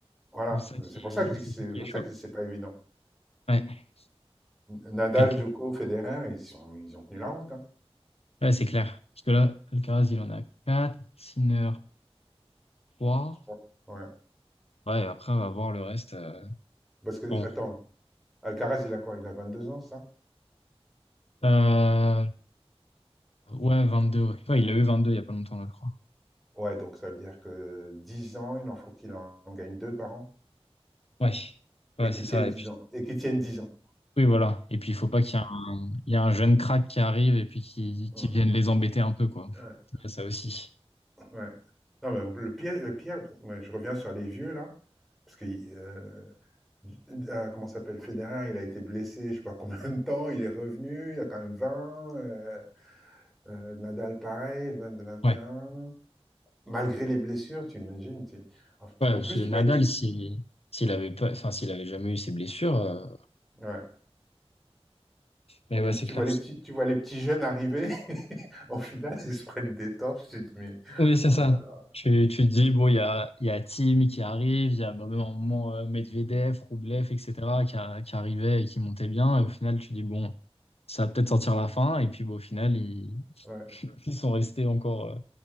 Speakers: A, in the centre; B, on the left.
A: Voilà,
B: C'est ça qui
A: c'est pour ça
B: est,
A: que je dis
B: c'est
A: que c'est
B: ça qui
A: pour
B: est
A: ça
B: chaud.
A: que je dis que c'est pas évident.
B: Ouais,
A: Nadal,
B: quelqu'un.
A: Djoko, Federer, ils sont, ils ont tenu la route, hein.
B: Ouais, c'est clair. Parce que là, Alcaraz, il en a 4, Sinner trois
A: 3. Ouais.
B: Ouais, et après, on va voir le reste. euh,
A: Parce que,
B: Bon.
A: attends, Alcaraz, il a quoi? Il a 22 ans, ça?
B: Euh, ouais, 22, ouais. Ouais, il a eu 22 il y a pas longtemps, là, je crois.
A: Ouais, donc ça veut dire que 10 ans, il en faut qu'il en gagne 2 par an.
B: Ouais, ouais,
A: Et qu'il
B: c'est
A: tienne
B: ça.
A: dix ans. Et qu'il tienne 10 ans.
B: Oui, voilà. Et puis, il faut pas qu'il y ait un, il y a un jeune crack qui arrive et puis qui,
A: Mmh.
B: qui vienne les embêter un peu, quoi.
A: Ouais,
B: Il y a ça aussi.
A: ouais. Non, mais le pire, le pire, moi, je reviens sur les vieux, là. Parce que, euh, ah, comment ça s'appelle? Federer, il a été blessé, je sais pas combien de temps, il est revenu, il a quand même 20. euh, euh, Nadal, pareil, vingt, vingt
B: Ouais.
A: et un. Malgré les blessures, tu imagines, tu en
B: Ouais, parce
A: en plus,
B: que Nadal,
A: tu vois tout
B: si, s'il avait pas, enfin, s'il avait jamais eu ses blessures, euh,
A: ouais.
B: mais
A: En plus,
B: ouais, c'est
A: tu
B: clair.
A: vois les petits tu vois les petits jeunes arriver, <laughs> au final, ils se prennent des torches, tu te dis: «Mais,
B: Oui, c'est
A: oh
B: ça.
A: là là».
B: Tu, tu te dis, bon, il y a, il y a Tim qui arrive, il y a même un moment euh, Medvedev, Rublev, etc., qui, a- qui arrivait et qui montait bien. Et au final, tu dis, bon, ça va peut-être sortir la fin. Et puis, bon, au final, ils,
A: Ouais.
B: ils sont restés encore,